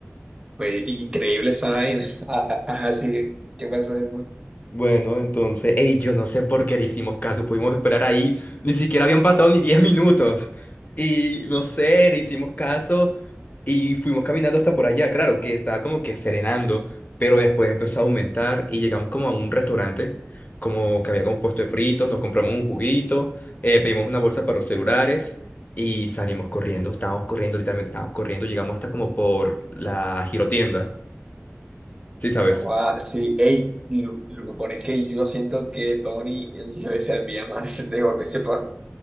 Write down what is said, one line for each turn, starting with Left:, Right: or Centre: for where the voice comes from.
Right: fue increíble esa vaina. <laughs> Ah, ah, ah, sí, ¿qué pasó después?
Left: Bueno, entonces, ey, yo no sé por qué le hicimos caso, pudimos esperar ahí, ni siquiera habían pasado ni 10 minutos. Y no sé, le hicimos caso y fuimos caminando hasta por allá, claro, que estaba como que serenando, pero después empezó a aumentar y llegamos como a un restaurante, como que había como puesto de fritos, nos compramos un juguito, eh, pedimos una bolsa para los celulares y salimos corriendo, estábamos corriendo, literalmente estábamos corriendo, llegamos hasta como por la girotienda, ¿sí sabes?
Right: Ah, sí, ey, lo, lo mejor es que yo siento que Tony le servía más <laughs> de volverse pa-